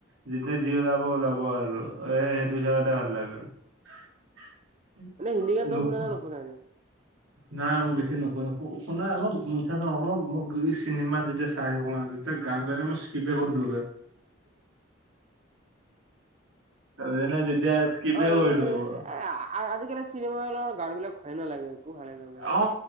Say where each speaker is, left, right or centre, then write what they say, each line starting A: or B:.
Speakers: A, on the right; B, on the right.
A: যেতিয়া যি ওলাব ওলাব আৰু এ সেইটো হিচাপতে ভাল লাগে। <unintelligible>
B: মানে হিন্দী গানটো
A: নুশু
B: শুনা নে নুশুনা এনে?
A: নাই মই বেছি নুশুনো। শুন মই মিছা নহ মোক মোক চিনেমাত যেতিয়া চাই থাকো <unintelligible> যেতিয়া গান লগে মই স্কপে কৰি দিওঁ গে। যেনে যেতিয়া স্কিপে
B: অ অই
A: কৰি দিওঁ মই
B: অই আ-আজিকালি চিনেমাবিলাকত গান বিলাক ভলেই নালাগে। ভালে নালাগে।
A: অ